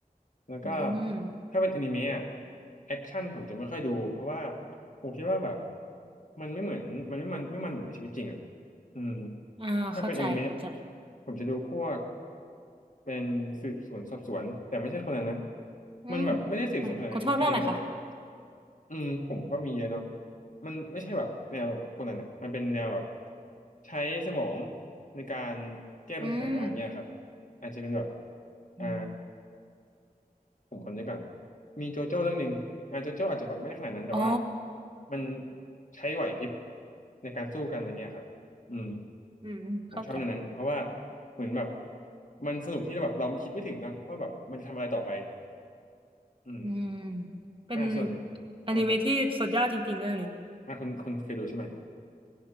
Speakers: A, on the left; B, on the right.
A: แล้วก็
B: อืม
A: ถ้าเป็นอนิเมะอะแอคชั่นผมจะไม่ค่อยดูเพราะว่าผมคิดว่าแบบมันไม่เหมือนมันไม่มันไม่มันเหมือนในชีวิตจริงอ่ะอืม
B: อ่าเข้าใจเข้าใจ
A: ถ้าเป็นอนิเมะผมจะดูพวกเป็นสืบสวนสอบสวนแต่ไม่ใช่คนนั้นนะ
B: อืม
A: มันแบบไม่ได้สืบสวนขนาดนั้นอาจจะเป็นแบบ
B: อืมคุณชอบเรื่องอะไรคะ
A: อืมผมก็มีเยอะเนาะมันไม่ใช่แบบแนวคนนั้นอ่ะมันเป็นแนวแบบใช้สมองในการแก้ปัญหาอย่างเงี้ยครับ
B: อืม
A: อาจจะเป็นแบบอ่า
B: อืม
A: ผมคำนึกก่อนมีโจโจ้เรื่องหนึ่งอ่าโจโจ้อาจจะแบบไม่ได้ขนาดนั้นแต่ว่า
B: อ๋อ
A: มันใช้ไหวพริบในการสู้กันอะไรเงี้ยครับอืม
B: อืมเข้าใจ
A: ผมชอบเรื่องนั้นเพราะว่าเหมือนแบบมันสนุกที่แบบเราคิดไม่ถึงเนอะว่าแบบมันจะทำอะไรต่อไปอืม
B: อืมเป็น
A: อ่าส่วน
B: อนิเมะที่สุดยอดจริงๆเรื่องนี้
A: อ่าครับอ่าคุณคุณเคยดูใช่ไหม